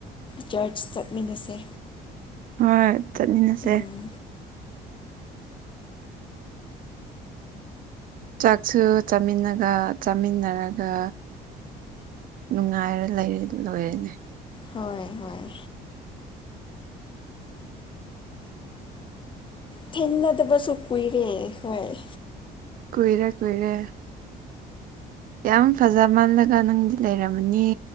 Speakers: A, on the left; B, on the right.
A: ꯆꯔꯆ ꯆꯠꯃꯤꯟꯅꯁꯦ
B: ꯍꯣꯏ ꯆꯠꯃꯤꯟꯅꯁꯦ
A: ꯎꯝ
B: ꯆꯥꯛꯁꯨ ꯆꯥꯃꯤꯟꯅꯒ ꯆꯥꯃꯤꯟꯅꯔꯒ ꯅꯨꯡꯉꯥꯏꯔ ꯂꯩꯔꯦ ꯑꯗꯨꯝ ꯂꯣꯏꯔꯦꯅꯦ
A: ꯍꯣꯏ ꯍꯣꯏ ꯊꯦꯡꯅꯗꯕꯁꯨ ꯀꯨꯏꯔꯦ ꯑꯩꯈꯣꯏ
B: ꯀꯨꯏꯔꯦ ꯀꯨꯏꯔꯦ ꯌꯥꯝ ꯐꯖꯃꯜꯂꯒ ꯅꯪꯗꯤ ꯂꯩꯔꯝꯃꯅꯤ